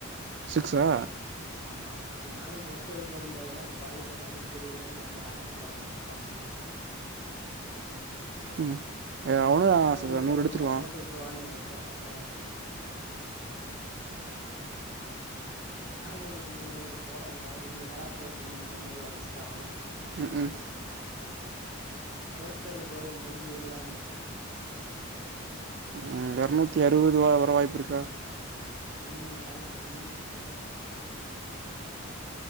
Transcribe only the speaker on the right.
சிக்ஸா
ம் அவனு
நூறு
அடிச்சிருவா
ம் ம்
ம் எரநூத்தி அறுவது வ வர வாய்ப்பு இருக்கா